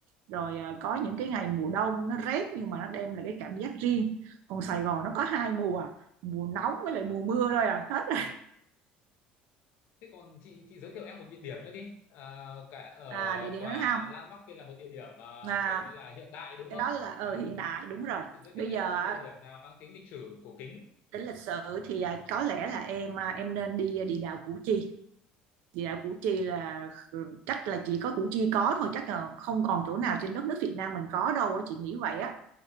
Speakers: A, on the right; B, on the left.
A: rồi à, có những
B: vâng
A: cái ngày mùa đông nó rét nhưng mà nó đem lại cái cảm giác riêng còn Sài Gòn nó có hai mùa à, mùa nóng với lại mùa mưa thôi à hết rồi
B: thế còn chị chị giới thiệu em một địa điểm nữa đi à, cả ở
A: à địa điểm
B: tòa
A: nữa không
B: Landmark kia là một địa điểm mà
A: À,
B: kiểu như là hiện đại đúng
A: cái
B: không
A: đó là ờ
B: còn
A: hiện đại đúng rồi
B: chị giới
A: bây
B: thiệu em
A: giờ
B: một cái địa điểm nào mang tính lịch sử cổ kính
A: tính lịch sử thì à, có lẽ là em à, em nên đi à, địa đạo Củ Chi địa đạo Củ Chi là ừ, chắc là chỉ có Củ Chi có thôi chắc là không còn chỗ nào trên đất nước Việt Nam mình có đâu á, chị nghĩ vậy á